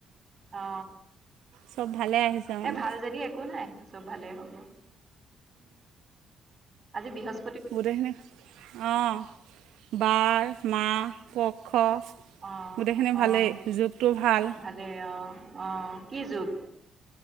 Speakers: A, on the right; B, on the right.
A: অ
B: চব ভালে আহিছে মানে
A: এ ভাল যদি একো নাই ভালে হ'ব আজি বৃহছ
B: গোটেইখিনি। অ' বাৰ, মা, পক্ষ।
A: অ', অ',
B: গোটেইখিনি
A: অ',
B: ভালেই
A: অ'।
B: জোখটো ভাল
A: ভালেই অ- অ কি যুগ?